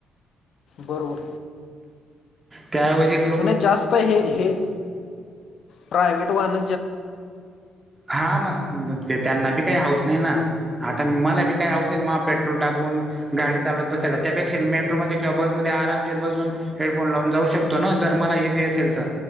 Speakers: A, on the left; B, on the right.
A: बरोबर.
B: त्या ऐवजी
A: आणि जास्त हे हे प्रायव्ट वाहन
B: हा मग मग ते त्यांना बी काही हौस नाही ना. आता मला बी काय आवच आहे म पेट्रोल टाकून गाडी चालवत बसायला त्यापेक्षा मी मेट्रोमध्ये किंवा बसमध्ये आरामशीर बसून. हेडफोन लावून जाऊ शकतो ना जर मला इझी असेल तर